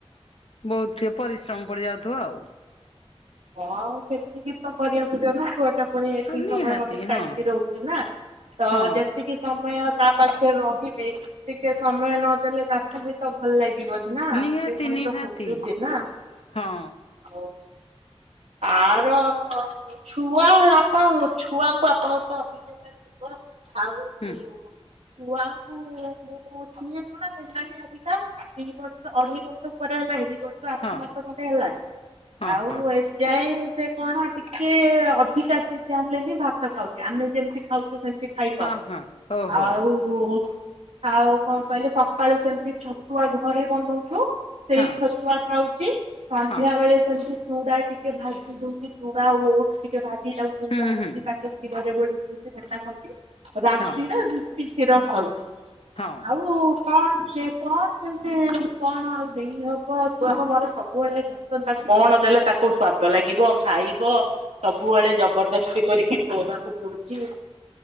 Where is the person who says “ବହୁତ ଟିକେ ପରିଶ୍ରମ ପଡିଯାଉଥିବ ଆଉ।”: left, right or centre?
Left